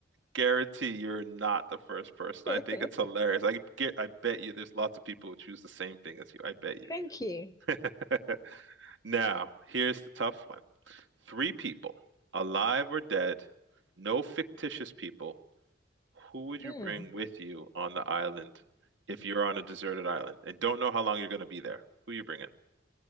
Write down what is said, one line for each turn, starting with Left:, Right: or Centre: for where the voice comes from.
Right: guarantee you're not the first person.
Left: <laughs>
Right: I think it's hilarious. I get, I bet you there's lots of people who choose the same thing as you. I bet you.
Left: Thank you.
Right: <laughs> Now, here's the tough one. Three people, alive or dead, no fictitious people. Who would you
Left: Hmm.
Right: bring with you on the island if you're on a deserted island and don't know how long you're going to be there? Who you bringing?